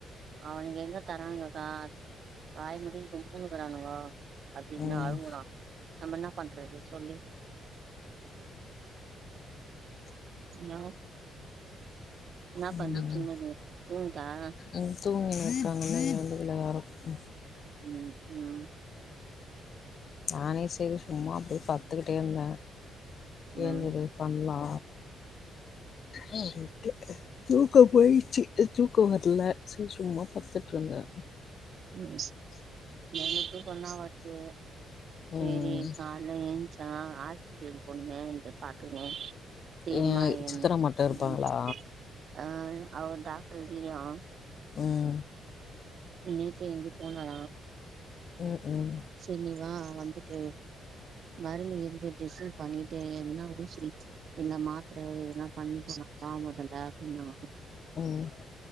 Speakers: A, on the right; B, on the left.
A: அவனுங்க எங்க தராங்கக்கா வாயமூடினு கம்முன்னு இருக்கானுக அப்டின்னு
B: ம்
A: அழுவுறா நம்ம என்னாப் பண்றது சொல்லு இன்னாகோ இன்னாப்
B: ம்
A: பண்ணுச்சுங்க அது <unintelligible>
B: ம் தூங்கி <inaudible> எந்திக்கல யாரு ம்
A: ம் ம்
B: நானே சரி சும்மா அப்டியே பத்துக்கிட்டே இருந்த
A: ம்
B: ஏந்துரு பண்லா அ ஒரு எட்டு தூக்கோ போயிச்சி தூக்கோ வர்ல ச சும்மா பத்துட்ருந்தே
A: ம் எனக்கு தூக்கோ தா வர்து சேரி
B: ம்
A: கால்ல எஞ்சா ஹாஸ்பிடல் போணுமே அந்தத் தாட்டுமே தீருமா
B: ஏன்
A: என்ன
B: சித்தரா மட்டும் இருப்பாங்களா
A: ம் அ அவர் டாக்டர் <unintelligible>
B: ம்
A: பின்னே தெய்ந்து போனா
B: ம் ம்
A: சேர் நீ வா வந்துட்டு மருந்து எங்க டிஸைட் பண்ணிட்டே எத்னா ஊசி இந்த மாத்தர எதென்னா பண்ணிக்கலாமா முதல்ல அப்டின்னா
B: ம்